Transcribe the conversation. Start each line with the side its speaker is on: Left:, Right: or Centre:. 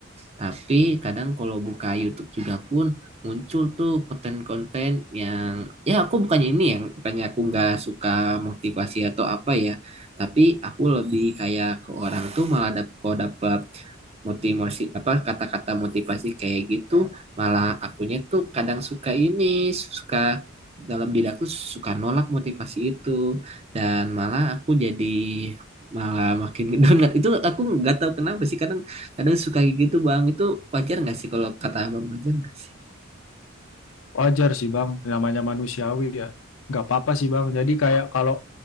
Right: tapi kadang kalau buka YouTube juga pun muncul tuh konten-konten yang ya aku bukannya ini yang bukannya aku nggak suka motivasi atau apa ya tapi aku lebih kayak ke orang tuh malah dap kalau dapat motivasi apa kata-kata motivasi kayak gitu malah akunya tuh kadang suka ini suka dalam diri aku suka nolak motivasi itu dan malah aku jadi malah makin <laughs> ngedonat itu aku nggak tahu kenapa sih kadang kadang suka kayak gitu bang itu wajar nggak sih kalau kata abang wajar nggak sih
Left: Wajar sih Bang, namanya manusiawi ya. Gak apa-apa sih Bang. Jadi kayak kalau